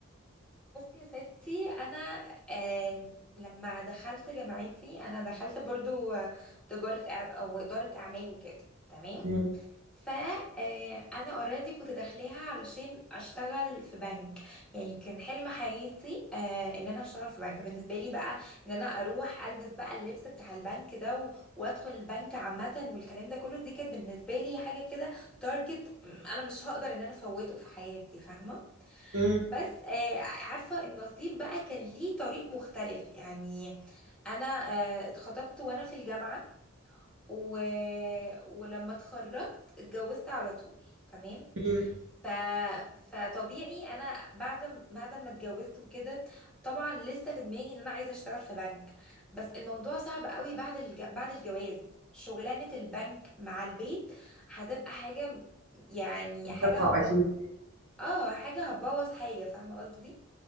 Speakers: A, in the centre; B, on the right (about 70°).
A: بصي يا ستي انا آم، لما دخلت جامعتي انا دخلت برضو آه، تجاره أع- او اداره اعمال وكده تمام
B: امم
A: فانا اوريدي كنت داخلاها علشان اشتغل في بنك يعني كان حلم حياتي آه، ان انا اشتغل في بنك بالنسبه لي بقى ان انا اروح البس بقى اللبس بتاع البنك ده و- وادخل البنك عامه والكلام ده كله دي كانت بالنسبه لي حاجه كده تارجت انا مش هقدر ان انا افوته في حياتي فاهمه
B: امم
A: بس آه، عارفه النصيب بقى كان ليه طريق مختلف يعني انا آه، اتخطبت وانا في الجامعه و... ولما اتخرجت اتجوزت على طول تمام
B: امم
A: ف... فطبيعي انا بعد م- بعد ما اتجوزت وكده طبعا لسه في دماغي ان انا عايزه اشتغل في بنك بس الموضوع صعب قوي بعد الج... بعد الجواز شغلانه البنك مع البيت هتبقى حاجه م- يعني
B: منطقه
A: حاجه هتبوظ
B: اكيد
A: اه حاجه هتبوظ حاجه فاهمه قصدي